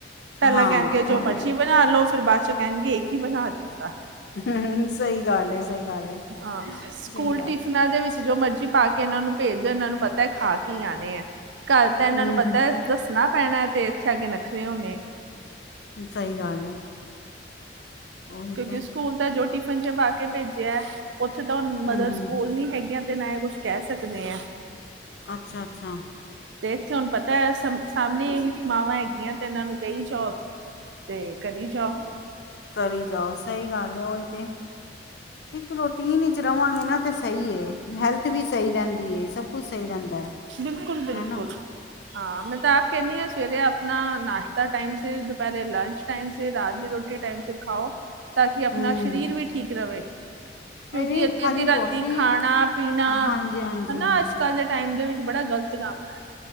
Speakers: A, on the right; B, on the left.
A: ਪਹਿਲਾਂ
B: ਹਾਂ
A: ਕਹਿਣਗੇ
B: ਉਹ
A: ਜੋ ਮਰਜੀ ਬਣਾ ਲੋ ਫਿਰ ਬਾਅਦ ਚੋਂ ਕਹਿਣਗੇ ਇਹ ਕੀ ਬਣਾ ਦਿੱਤਾ
B: ਹੂੰ, ਸਹੀ ਗੱਲ ਏ, ਸਹੀ ਗੱਲ ਏ,
A: ਹਾਂ ਸਕੂਲ
B: ਸਹੀ ਗੱਲ
A: ਟਿਫਨਾਂ
B: ਏ।
A: ਦੇ ਵਿੱਚ ਜੋ ਮਰਜੀ ਪਾ ਕੇ ਇਹਨਾਂ ਨੂੰ ਭੇਜ ਦਿਓ ਇਹਨਾਂ ਨੂੰ ਪਤਾ ਹੈ ਖਾ ਕੀ ਆਣੇ ਹੈ ਘਰ ਤਾਂ ਇਹਨਾਂ
B: ਹੂੰ-ਹੂੰ,
A: ਨੂੰ ਪਤਾ ਦੱਸਣਾ ਪੈਣਾ ਤੇ ਇੱਥੇ ਆ ਕੇ ਨਖਰੇ ਹੋਣੇ
B: ਸਹੀ ਗੱਲ ਉਹੀ
A: ਕਿਉਂਕਿ
B: ਤੇ
A: ਸਕੂਲ ਦਾ ਜੋ ਟਿਫਿਨ ਚ ਪਾ ਕੇ ਭੇਜਿਆ ਉੱਥੇ ਤਾ ਮਦਰਸ
B: ਹੂੰ-ਹੂੰ,
A: ਕੋਲ ਨੀ ਹੈਗੀਆਂ ਤੇ ਨਾ ਇਹ ਕੁਛ ਕਹਿ ਸਕਦੇ ਆ
B: ਅੱਛਾ-ਅੱਛਾ
A: ਤੇ ਇੱਥੇ ਹੁਣ ਪਤਾ ਹੈ ਸਾਹਮਣੇ ਮਾਵਾਂ ਹੈਗੀਆਂ ਤੇ ਇਹਨਾਂ ਨੂੰ ਕਹੀ ਚੋ ਤੇ ਕਰੀ ਜਾਓ
B: ਕਰੀ ਜਾਓ ਸਹੀ ਗੱਲ ਹੈ ਉਹੀ ਤੇ ਇੱਕ ਰੂਟੀਨ ਵਿੱਚ ਰਹਾਂਗੇ ਨਾ ਤਾਂ ਸਹੀ ਹੈ ਹੈਲਥ ਵੀ ਸਹੀ ਰਹਿੰਦੀ ਹੈ ਸਭ ਕੁਛ ਸਹੀ ਰਹਿੰਦਾ
A: ਬਿਲਕੁਲ-ਬਿਲਕੁਲ
B: ਹੈਨਾ,
A: ਹਾਂ ਮੈਂ ਤਾਂ ਆਪ ਕਹਿੰਦੀ ਹਾਂ ਸਵੇਰੇ ਆਪਣਾ ਨਾਸ਼ਤਾ ਟਾਈਮ ਸ ਦੁਪਹਿਰੇ ਲੰਚ ਟਾਈਮ ਸ ਰਾਤ ਦੀ ਰੋਟੀ ਟਾਈਮ ਸੀ ਖਾਓ ਤਾਂ ਕਿ ਆਪਣਾ
B: ਹੂੰ,
A: ਸਰੀਰ ਵੀ ਠੀਕ ਰਵੇ ਕਿਉਂਕਿ
B: ਇਹ ਵੀ
A: ਅੱਧੀ-ਅੱਧੀ
B: ਖਾਲੀ
A: ਰਾਤੀ
B: ਰੋਟੀ
A: ਖਾਣਾ ਪੀਣਾ
B: ਹਾਂਜੀ-ਹਾਂਜੀ,
A: ਹਨਾ ਅੱਜ ਕੱਲ ਦੇ ਟਾਈਮ ਦੇ ਵਿੱਚ ਬੜਾ ਗ਼ਲਤ ਤੇ ਕੰਮ ਹੈ